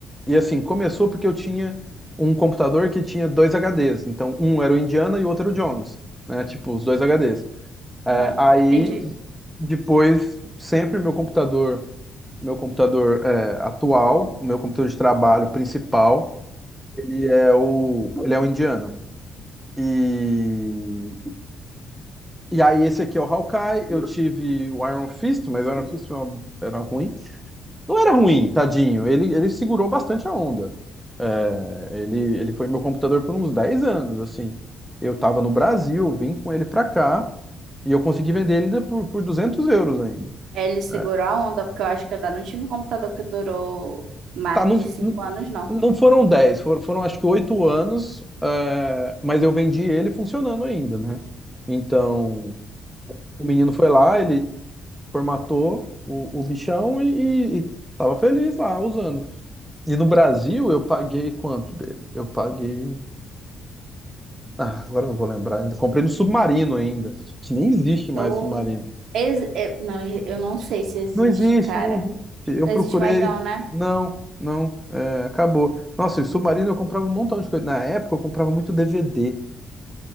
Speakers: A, in the centre; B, on the right.
A: E assim, começou porque eu tinha um computador que tinha dois HDs. Então, um era o Indiana e o outro era o Jones, né? Tipo, os dois HDs. É,
B: Aham.
A: aí,
B: Entendi.
A: depois, sempre meu computador, meu computador é, atual, meu computador de trabalho principal, ele é o, ele é o Indiana. E, e aí, esse aqui é o Hawkeye. Eu tive o Iron Fist, mas o Iron Fist foi uma- era ruim. Não era ruim, tadinho. Ele, ele segurou bastante a onda. É, Ele, ele foi meu computador por uns 10 anos, assim. Eu tava no Brasil, vim com ele pra cá e eu consegui vender ele ainda por, por duzentos euros ainda.
B: É, Ele segurou
A: É.
B: a onda, porque eu acho que eu ainda não tive um computador que durou mais
A: Tá, não,
B: de cinco
A: não
B: anos, não.
A: não foram dez foram, foram acho que 8 anos, é, mas eu vendi ele funcionando ainda, né? Então, o menino foi lá, ele formatou o, o bichão e, e, e tava feliz lá usando. E no Brasil eu paguei quanto dele? Eu paguei Ah, agora eu não vou lembrar ainda. Comprei no Submarino ainda. Que nem existe
B: Não
A: mais Submarino.
B: ex, eu, não, eu não sei se existe,
A: Não existe,
B: cara.
A: não existe. Eu
B: Não
A: procurei.
B: existe mais não, né?
A: Não, não. é, acabou. Nossa, e o Submarino eu comprava um montão de coisa. Na época eu comprava muito DVD.